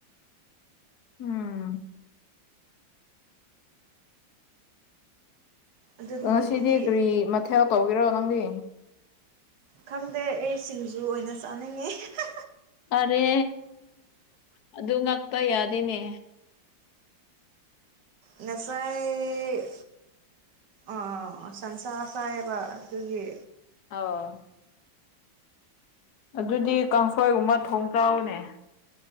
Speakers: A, on the left; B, on the right.
A: ꯎꯝ
B: ꯑꯗꯨ ꯅꯠꯇꯕꯗꯤ
A: ꯉꯥꯁꯤꯗꯤ ꯀꯔꯤ ꯃꯊꯦꯜ ꯇꯧꯒꯦꯔꯣ ꯅꯪꯗꯤ
B: ꯈꯪꯗꯦ ꯑꯩ ꯁꯤꯡꯖꯨ ꯑꯣꯏꯅ ꯆꯥꯅꯤꯡꯉꯦ ꯍꯦꯍꯥ
A: ꯑꯔꯦ ꯑꯗꯨ ꯉꯛꯄ ꯌꯥꯗꯦꯅꯦ
B: ꯉꯁꯥꯏ ꯑꯥ ꯁꯟꯁꯥ ꯆꯥꯏꯕ ꯑꯗꯨꯒꯤ
A: ꯑꯧ ꯑꯗꯨꯗꯤ ꯀꯥꯡꯁꯣꯏꯒꯨꯝꯕ ꯊꯣꯡ ꯆꯥꯎꯅꯦ